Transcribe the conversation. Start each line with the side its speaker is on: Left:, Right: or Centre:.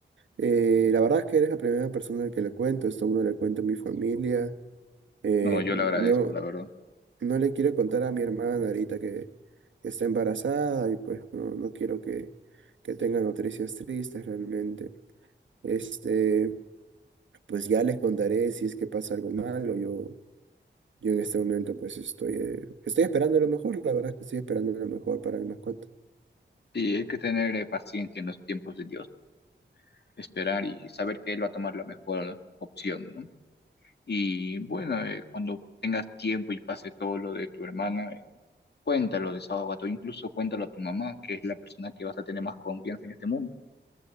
Right: Eh, la verdad es que eres la primera persona que le cuento, esto no le cuento a mi familia. Eh,
Left: No, yo
Right: no,
Left: le agradezco, la verdad.
Right: no le quiero contar a mi hermana ahorita que, que está embarazada y pues no, no quiero que, que tenga noticias tristes realmente. Este, pues ya les contaré si es que pasa algo malo. Yo, yo en este momento pues estoy, eh, estoy esperando lo mejor, la verdad es que estoy esperando lo mejor para mi mascota.
Left: y hay que tener eh, paciencia en los tiempos de Dios, ¿no? esperar y saber que Él va a tomar la mejor opción, ¿no? Y bueno, eh, cuando tengas tiempo y pase todo lo de tu hermana, eh, cuéntalo, desahógate, o incluso cuéntalo a tu mamá, que es la persona que vas a tener más confianza en este mundo.